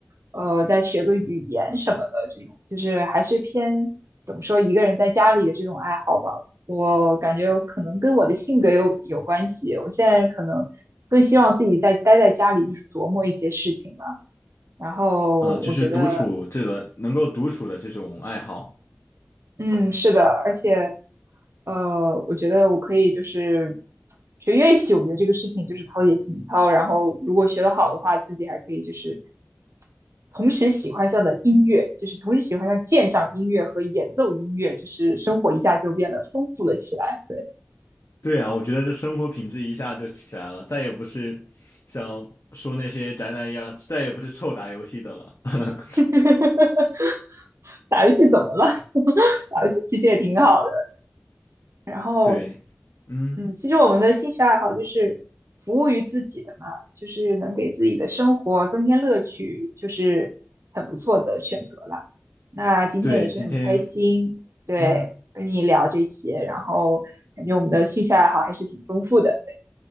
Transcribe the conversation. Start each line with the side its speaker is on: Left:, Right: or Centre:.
Right: 呃，再学个语言什么的这种，就是还是偏怎么说一个人在家里的这种爱好吧。我感觉可能跟我的性格有有关系。我现在可能更希望自己在待在家里，就是琢磨一些事情吧。然后我觉得
Left: 嗯，就是独处这个能够独处的这种爱好。
Right: 嗯，是的，而且，呃，我觉得我可以就是学乐器，我觉得这个事情就是陶冶情操，然后如果学得好的话，自己还可以就是同时喜欢上了音乐，就是同时喜欢上鉴赏音乐和演奏音乐，就是生活一下就变得丰富了起来。
Left: 对啊，我觉得这生活品质一下就起来了，再也不是像说那些宅男一样，再也不是臭打游戏的了。<laughs>
Right: <laughs> 打游戏怎么了？<laughs> 打游戏其实也挺好的。然后
Left: 对，嗯，
Right: 嗯，其实我们的兴趣爱好就是服务于自己的嘛，就是能给自己的生活增添乐趣，就是很不错的选择了。那今天也是很开心，
Left: 对，今天，
Right: 对，
Left: 嗯
Right: 跟你聊这些，然后感觉我们的兴趣爱好还是挺丰富的。